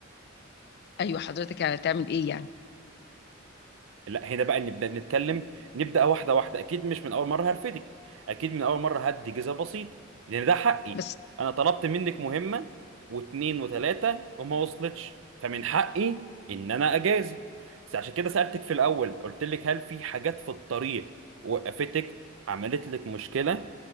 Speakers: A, on the left; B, on the right.
A: ايوه حضرتك يعني هتعمل ايه يعني
B: لا هنا بقى نبدا نتكلم نبدا واحده واحده اكيد مش من اول مره هرفدك اكيد من اول مره هدي جزء بسيط لان ده حقي
A: بس
B: انا طلبت منك مهمه واتنين وتلاته وما وصلتش فمن حقي ان انا اجازي بس عشان كده سالتك في الاول قلت لك هل في حاجات في الطريق وقفتك عملت لك مشكله